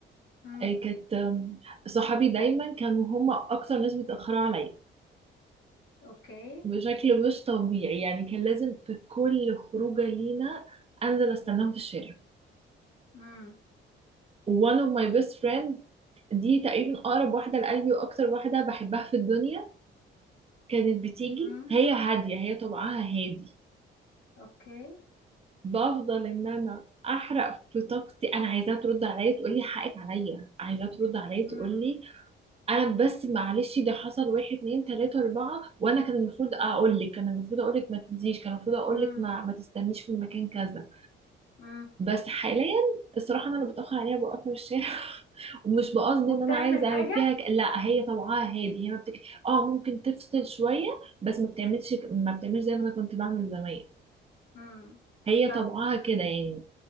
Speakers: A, on the left; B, on the right.
A: امم
B: آه، كانت آم، صحابي دايما كانوا هم اكتر ناس بيتاخروا عليا
A: اوكي
B: بشكل مش طبيعي يعني كان لازم في كل خروجة لينا أنزل أستناهم في الشارع
A: امم
B: one of my best friend دي تقريبا أقرب واحدة لقلبي وأكتر واحدة بحبها في الدنيا كانت بتيجي
A: امم
B: هي هادية هي طبعها هادي
A: اوكي
B: بفضل إن أنا أحرق في طاقتي أنا عايزاها ترد عليا تقول لي حقك عليا عايزاها ترد عليا
A: امم
B: تقول لي أنا بس معلش ده حصل واحد اتنين تلاتة أربعة وأنا كان المفروض أقول لك كان المفروض أقول لك ما تنزيش كان المفروض أقول
A: امم
B: لك ما, ما تستنيش في المكان كذا
A: امم
B: بس حاليا الصراحة أنا اللي بتأخر عليها بوقفها في الشارع <laughs> ومش بقصد
A: وبتعمل
B: إن أنا عايزة
A: حاجه
B: أعمل فيها ك... لا هي طبعها هادي هي ما بتك... آه ممكن تفصل شوية بس ما بتعملش ك- ما بتعملش زي ما أنا كنت بعمل زمان
A: امم
B: هي
A: فاهم
B: طبعها كده يعني